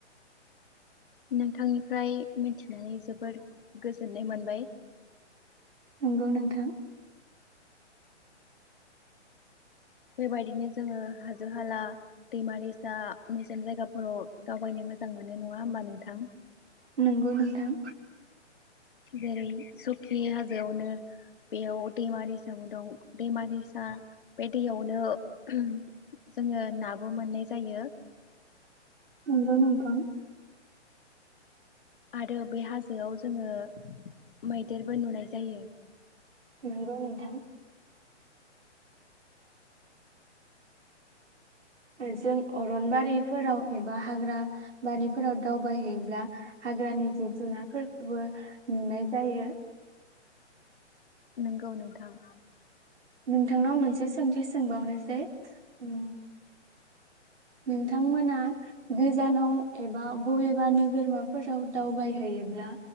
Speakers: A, on the left; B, on the right.
A: नोंथांनिफ्राय मिथिनानै जोबोरद गोजोननाय मोनबाय।
B: नोंगौ नोंथां।
A: बेबायदिनो जोङो हाजो हाला दैमा दैसा निजोम जायगाफोराव दावबायनो मोजां मोनो नङा होमबा नों थां।
B: नोंगौ नोंथां।
A: जेरै सुखि हाजोआवनो बेयाव दैमा दैसाबो दं दैमा दैसा बायद दैयावनो जोंङो नाबो मोननाय जायो।
B: नोंगौ नोंथां।
A: आरो बे हाजोआव जोङो मैदेरबो नुनाय जायो।
B: नोंगौ नोंथां। जों अरनबारिफोराव एबा हाग्रा बारिफोराव दावबायहैयोब्ला हाग्रानि जिब जुनारफोरखोबो नुनाय जायो।
A: नोंगौ नोंथां।
B: नोंथांनाव मोनसे सोंथि सोंबावनोसै ओम नोंथांमोना गोजानाव एबा बबेबा नोगोरमाफोराव दावबायहैयोब्ला